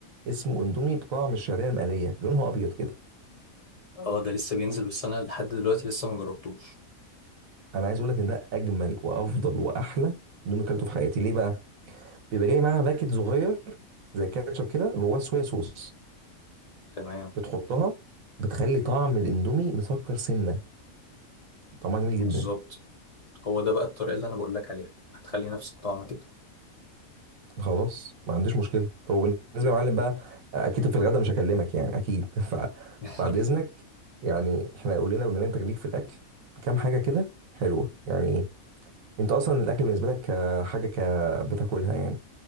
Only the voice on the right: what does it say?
اسمه اندومي بطعم الشعريه المقليه لونها ابيض كده
انا عايز اقولك ان ده اجمل وافضل واحلى اندومي كلته في حياتي ليه بقى بيبقى جاي معاها باكت صغير زي الكاتشب كده جواه صويا صوص
بتحطها بتخلي طعم الاندومي مسكر سنه طعمها جميل
جدا
خلاص ما عنديش مشكله طب وبالنسبه يا معلم بقى اكيد في الغدا مش هكلمك يعني اكيد <laughs> فبعد
اذنك يعني احنا قول لنا بما ان انت ليك في الاكل كام حاجه كده حلوه يعني انت اصلا الاكل بالنسبه لك آه، حاجه ك بتاكلها يعني